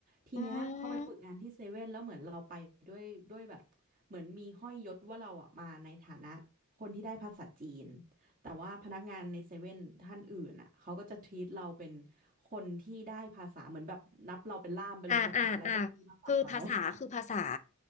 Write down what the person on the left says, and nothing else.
อืม
อ่าอ่าอ่าคือภาษาคือภาษา